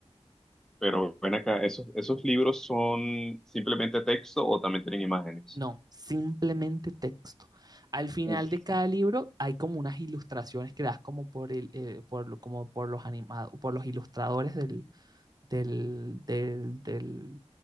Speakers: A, in the centre; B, on the right.
A: Pero ven acá, ¿esos, esos libros son simplemente texto o también tienen imágenes?
B: No, simplemente texto. Al final
A: Uf,
B: de cada libro hay como unas ilustraciones que das como por el, eh, por, lo- como por los animados, por los ilustradores del, del, del, del-